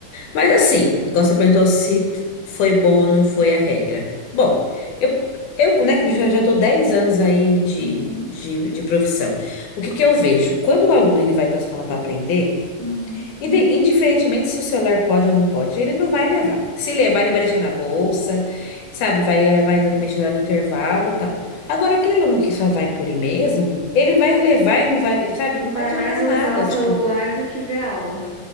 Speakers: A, on the left; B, on the right.
A: Mas assim, igual você perguntou se t- foi bom ou não foi a regra. Bom, eu, eu né, que já, já tô 10 anos aí de,
B: Uhum,
A: de, de profissão. O que que eu vejo? Quando o aluno ele vai para a escola para aprender,
B: uhum.
A: Inde- Indiferentemente se o celular pode ou não pode, ele não vai levar. Se levar,
B: Sim.
A: ele vai deixar na bolsa, sabe? Vai, eh, vai no- mexer na hora do intervalo, tal. Agora, aquele aluno que só vai por ir mesmo, ele vai levar e não vai, sabe? Não vai
B: Vai
A: adiantar
B: mais usar
A: nada.
B: o celular
A: Tipo,
B: do que ver aula.